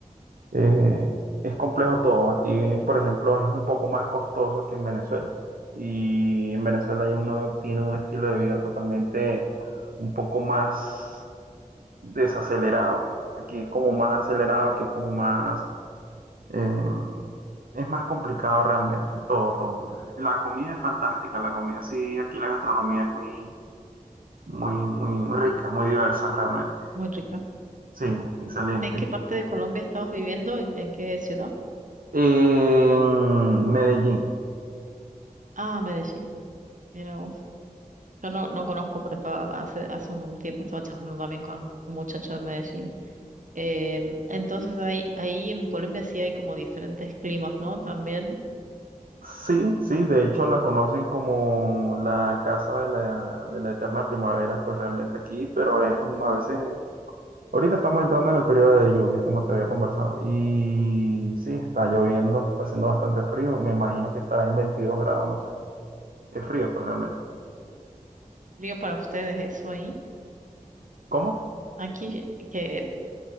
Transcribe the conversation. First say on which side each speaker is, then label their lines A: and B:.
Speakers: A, on the right; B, on the right.
A: Eh, es complejo todo. Aquí, por ejemplo, es un poco más costoso que en Venezuela. Y en Venezuela uno tiene un estilo de vida totalmente un poco más desacelerado. Aquí es como más acelerado, aquí es como más... eh, es más complicado realmente, todo, todo. La comida es fantástica, la comida sí, aquí la gastronomía es muy, muy, muy, muy rica, muy diversa realmente.
B: Muy rica.
A: Sí, excelente.
B: ¿En qué parte de Colombia estabas viviendo? ¿En, en qué ciudad?
A: En Medellín.
B: Ah, Medellín. Mira vos. Yo no, no conozco, pero estaba hace, hace un tiempo estaba charlando también con un muchacho de Medellín. Em, entonces ahí, ahí en Colombia sí hay como diferentes climas, ¿no? También
A: Sí, sí, de hecho la conocen como la casa de la, de la eterna primavera, pues realmente aquí, pero es un- a veces Ahorita estamos entrando en el periodo de lluvias, como te había conversado. Y sí, está lloviendo, está haciendo bastante frío. Me imagino que estará en 22 grados, no sé. Es frío, pues realmente.
B: frío para ustedes eso ahí.
A: ¿Cómo?
B: Aquí que